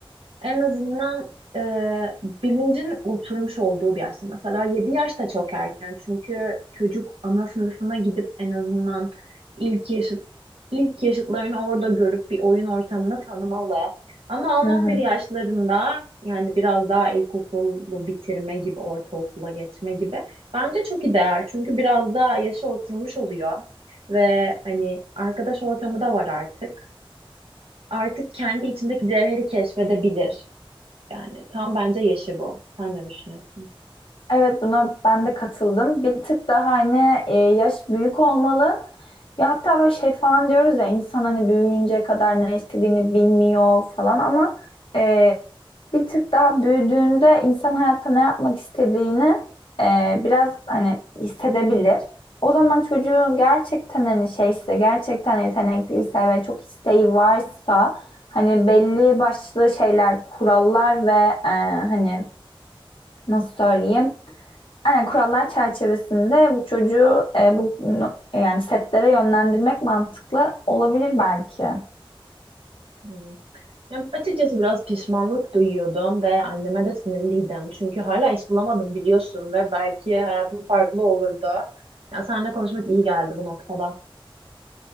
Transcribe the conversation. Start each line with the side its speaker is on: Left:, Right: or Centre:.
Right: en azından e, bilincin oturmuş olduğu bir yaşta. Mesela 7 yaş da çok erken. Çünkü çocuk ana sınıfına gidip en azından ilk yaşıt ilk yaşıtlarını orada görüp bir oyun ortamını tanımalı. Ama 10-11
Left: Hı hı.
Right: yaşlarında yani biraz daha ilkokulu bitirme gibi, ortaokula geçme gibi bence çok ideal. Çünkü biraz daha yaşa oturmuş oluyor ve hani arkadaş ortamı da var artık. Artık kendi içindeki cevheri keşfedebilir. Yani tam bence yaşı bu. Sen ne düşünüyorsun?
Left: Evet buna ben de katıldım. Bir tık daha hani e, yaş büyük olmalı. Ya hatta böyle şey falan diyoruz ya insan hani büyüyünceye kadar ne istediğini bilmiyor falan ama e, bir tık daha büyüdüğünde insan hayatta ne yapmak istediğini e, biraz hani hissedebilir. O zaman çocuğun gerçekten hani şeyse gerçekten yetenekliyse ve çok isteği varsa hani belli başlı şeyler kurallar ve e, hani nasıl söyleyeyim? Aynen kurallar çerçevesinde bu çocuğu e, bu no- yani setlere yönlendirmek mantıklı olabilir belki.
Right: Hmm. Ya açıkçası biraz pişmanlık duyuyordum ve anneme de sinirliydim. Çünkü hala iş bulamadım biliyorsun ve belki hayatım farklı olurdu. Ya seninle konuşmak iyi geldi bu noktada.